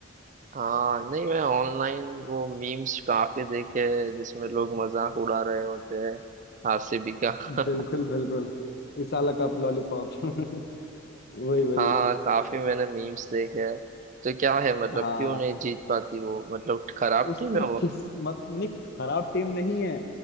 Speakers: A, on the right; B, on the left.
A: हाँ नहीं मैं ऑनलाइन वो मीम्स काफी देखे हैं, जिसमें लोग मजाक उड़ा रहे होते हैं आरसीबी का <laughs>
B: बिल्कुल बिल्कुल इस साल का कप लॉलीपॉप <laughs> वही वही
A: हाँ काफी मैंने मीम्स देखे हैं तो क्या है मतलब
B: हाँ
A: क्यों नहीं जीत पाती वो मतलब खराब
B: उसकी
A: टीम है वो
B: किस्मत ने खराब टीम नहीं है